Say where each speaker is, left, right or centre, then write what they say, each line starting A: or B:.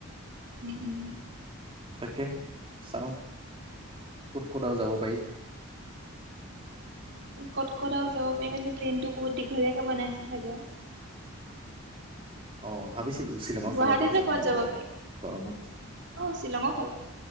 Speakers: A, on the right; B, on the right.
A: উম উম
B: তাকে চাওঁ, ক'ত ক'তাও যাব পাৰি?
A: ক'ত ক'তাও যাব পাৰি মানে ট্ৰেইনটো বহুত দীঘলীয়াকৈ বনাই আছে চাগে?
B: অ ভাবিছিলো শ্বিলঙৰ
A: গুৱাহাটীতে
B: ফালে এপাক যাম
A: ক'ত
B: বুলি
A: যাব
B: পেলাই
A: পাৰি
B: গৰমত।
A: অ শ্বিলঙৰ ফালে।